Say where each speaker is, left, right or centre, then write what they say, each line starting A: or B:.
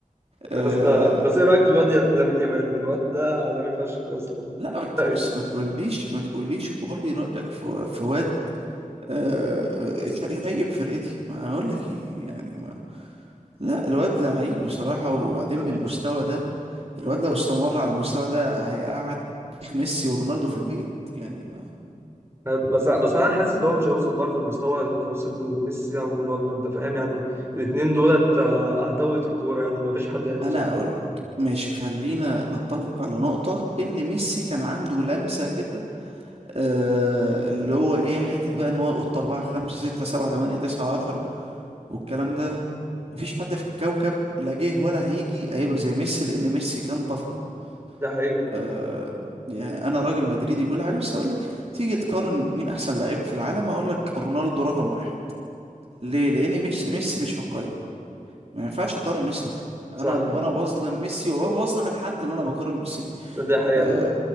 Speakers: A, on the right; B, on the right.
A: يا
B: آه،
A: اسطى بس ايه رأيك في الواد يا- لامين يامال الواد ده عالمي فشخ يا اسطى
B: لا ما ت-
A: رأيي.
B: بص ما تقوليش ما تقوليش قول لي رأيك في في واد آه، <laughs> شا- شايب فرقتي ما اقول لك ايه يعني ما لا الواد لعيب بصراحة وبعدين
A: آه.
B: بالمستوى ده الواد لو استمر على المستوى ده هيقعد تاريخ ميسي ورونالدو في البيت يعني ما
A: <laughs> بس بس انا حاسس ان هو مش هيوصل برضه للمستوى اللي واصل له ميسي او رونالدو انت فاهم يعني الاثنين دولت آه، على طاولة الكورة يعني ما فيش حد هيوصل
B: انا اقول ماشي خلينا نتفق على نقطة ان ميسي كان عنده لمسة كده آه اللي هو ايه حتة بقى ان هو يقط 4 5 6 7 8 9 10 والكلام ده مفيش حد في الكوكب لا جه ولا هيجي هيبقى زي ميسي لان ميسي كان طفره
A: ده حقيقة
B: آه
A: فعلا
B: يعني انا راجل مدريدي وكل حاجه بس اقول لك تيجي تقارن مين احسن لعيب في العالم اقول لك رونالدو رقم واحد ليه لان ميسي ميسي مش في القايمه ما ينفعش اقارن ميسي بحد
A: صح
B: انا ب- انا بظلم ميسي وبظلم الحد اللي انا بقارن ميسي بيه
A: ده ده حقيقة
B: آه
A: فعلا